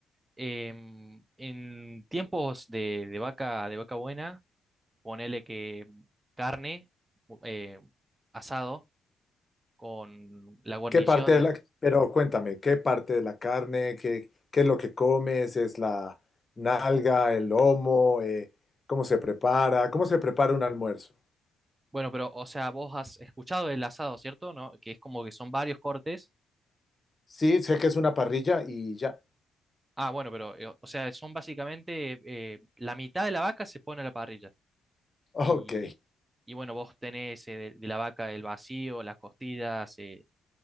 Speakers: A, on the right; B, on the left.
A: em, en tiempos de, de vaca, de vaca buena, ponele que carne, eh, asado, con la guarnición,
B: ¿Qué parte de la, pero cuéntame, qué parte de la carne, qué, qué es lo que comes, es la nalga, el lomo, eh, cómo se prepara, cómo se prepara un almuerzo?
A: bueno, pero, o sea, vos has escuchado el asado, ¿cierto? ¿No? Que es como que son varios cortes.
B: Sí, sé que es una parrilla y ya.
A: Ah, bueno, pero, eh, o sea, son básicamente, eh, la mitad de la vaca se pone a la parrilla.
B: Ok.
A: Y, y bueno, vos tenés eh, de, de la vaca el vacío, las costillas, eh,